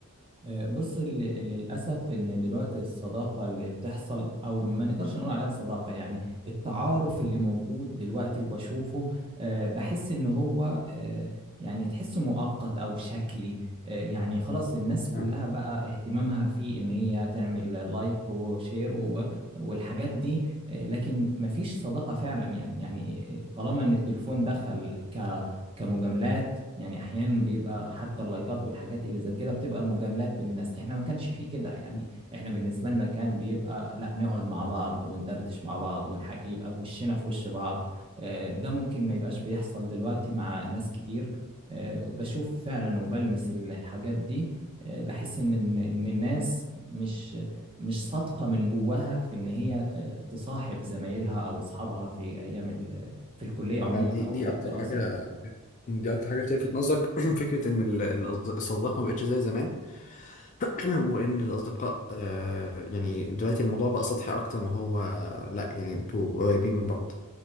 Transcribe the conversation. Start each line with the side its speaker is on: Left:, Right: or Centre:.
Right: آه، بص ال- ال- للأسف إن دلوقتي الصداقة اللي بتحصل أو ما نقدرش نقول عليها صداقة يعني التعارف اللي موجود دلوقتي وبشوفه آه، بحس إن هو آه، يعني تحسه مؤقت أو شكلي آه، يعني خلاص الناس كلها
Left: اه
Right: بقى اهتمامها في إن هي تعمل لايك وشير و- والحاجات دي آه، لكن مفيش صداقة فعلا يعني يعني طالما إن التليفون دخل ك كمجاملات يعني احيانا بيبقى حتى اللايكات والحاجات اللي زي كده بتبقى مجاملات بين الناس احنا ما كانش فيه كده يعني
Left: م-
Right: احنا بالنسبه لنا كان بيبقى لا نقعد مع بعض وندردش مع بعض ونحاج يبقى وشنا في وش بعض آه، ده ممكن ما يبقاش بيحصل دلوقتي مع ناس كتير آه، بشوف فعلا وبلمس الحاجات دي آه، بحس ان ان إن الناس مش مش صادقه من جواها في ان هي آه، تصاحب زمايلها او اصحابها في ايام ال- في الكليه
Left: م.
Right: عموما
Left: يعني دي
Right: او
Left: دي
Right: في الدراسه
Left: أكتر حاجة دي أكتر حاجة بتلفت نظرك <clears throat> فكرة إن ال- الأصد- الصداقة ما بقتش زي زمان <clears throat> وان الاصدقاء آه يعني دلوقتي الموضوع بقى سطحي اكتر ما هو لا يعني انتوا قريبين من بعض